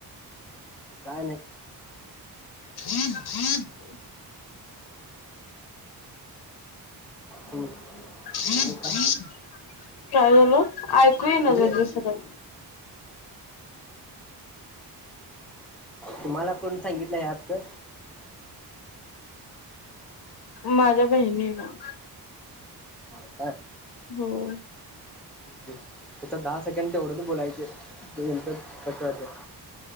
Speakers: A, in the centre; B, on the left.
A: काय नाही
B: <inaudible> हम्म
A: तुम्ही
B: हम्म,
A: तुम्ही काय
B: काय झाल? आयकू येईना
A: तुम्ही
B: झालंय सरळ.
A: तुम्हाला कोणी सांगितलं ह्या ॲपचं?
B: माझ्या बहिणीनं.
A: होय काय.
B: होय
A: हम्म, त्याच्यात दहा सेकंड तेवढंच बोलायचंय, आणि नंतर कट करायचं.